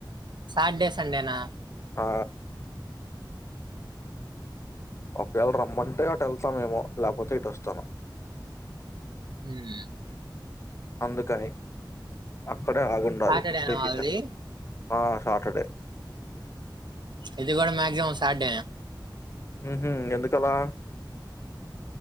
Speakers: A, on the right; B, on the left.
A: సాటడే సండేనా
B: ఆ ఒకవేళ రమ్మంటే అటు వెళ్తామేమో లేకపోతే ఇటుొస్తాను
A: మ్మ్.
B: అందుకని అక్కడే ఆగుడాది
A: సాటర్డేనా
B: డిసిషన్
A: వాళ్ళది
B: ఆ సాటర్డే
A: ఇది కూడా మక్సిమం సాడేనా
B: హహ ఎందుకలా